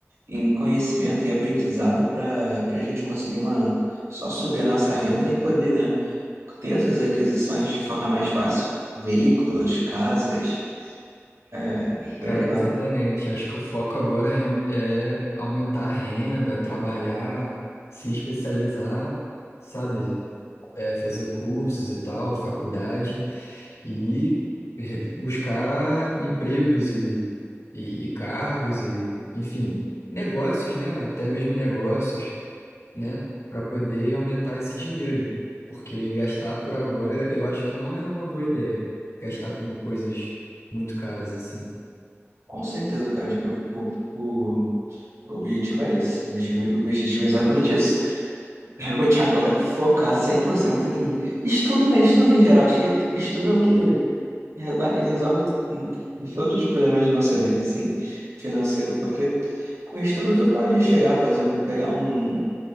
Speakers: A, on the right; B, on the left.
A: em conhecimento e aprendizado para para a gente conseguir uma só subir a nossa renda e poder, né, ter essas aquisições de forma mais fácil. Veículos, casas, é, por
B: Cara,
A: aí vai,
B: exatamente.
A: né?
B: Acho que o foco agora é, real- é aumentar a renda, trabalhar, se especializar, sabe? É, fazer cursos e tal, faculdade e re- buscar empregos e, e, e cargos e, enfim, negócios, né? Até mesmo negócios. né, para poder aumentar esse dinheiro, porque gastar por agora eu acho que não é uma boa ideia, gastar com coisas muito caras assim.
A: Com certeza, cara, eu- o, o, o objetivo é esse. O obje- o objetivo é exatamente esse. Realmente agora focar 100% em estudo, né? Estudo em geral. Acho que estudo é o que Reba- Resolve em em todos os problemas de nossa vida, assim, financeiro, porque com estudo tu pode chegar a fazer um, pegar um,